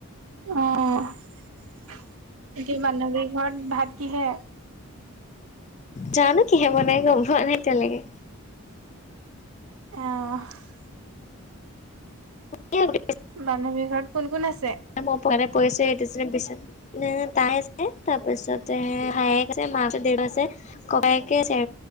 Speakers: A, on the right; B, on the left.
A: অ এতিয়া বান্ধৱীৰ ঘৰত ভাত কিহেৰে?
B: যা নো কিহে বনাই গম পোৱা নাই এতিয়ালৈকে
A: অ
B: এতিয়ালৈকে।
A: বান্ধৱী ঘৰত কোন কোন আছে?
B: মই পৱা নাই পৰিছো এতিয়া জাছ বিচনাত তাই আছে, তাৰ পিছতে ভাইক, মা আছে, দেউতা আছে ককায়েকে চি